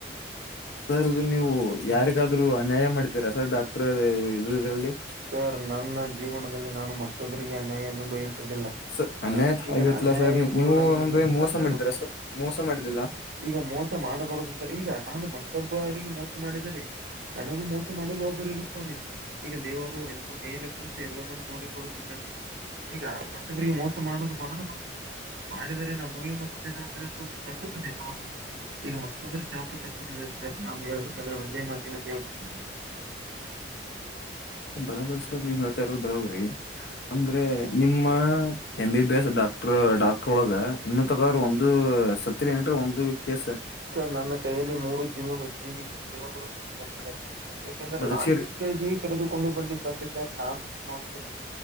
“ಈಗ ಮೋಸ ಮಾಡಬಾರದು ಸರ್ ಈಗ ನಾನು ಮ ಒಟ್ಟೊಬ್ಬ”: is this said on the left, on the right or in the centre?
Right